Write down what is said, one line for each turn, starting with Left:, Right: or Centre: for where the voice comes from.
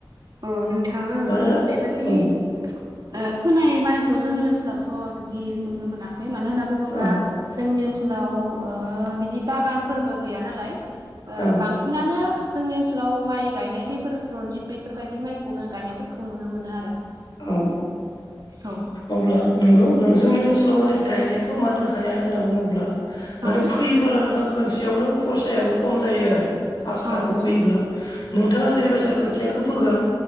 Right: औ नोंथां आङो
Left: मानोना
Right: बेबादि
Left: ओ-औ
Right: ओ फोनाय माइखौ जोंनि ओनसोलावथ' बिदि नुनो मोनाखै मानो होनना बुङोब्ला
Left: औ
Right: जोंनि ओनसोलाव ओ बिदि बागानफोरबो गैया नालाय ओ
Left: औ
Right: बां सिनानो जोंनि ओनसो आथिखालाव माइ गायनाय बेफोर रनजित बेफोरबायदि माइखौनो गायनायफोरखौ नुनो मोनो आरो
Left: औ
Right: औ
Left: अब्ला नोंगौ जोंनि ओनसोलाव मान गायनाय मानो हाया होनना बुङोब्ला माने
Right: औ
Left: फैयोला नोङो खोनसेयावनो खरसायाबो खम जायो आरो आस्राखौ
Right: औ नंगौ
Left: फैयोब्ला। नोंथाङा जेरैबायसा खोथियाखो फोगोन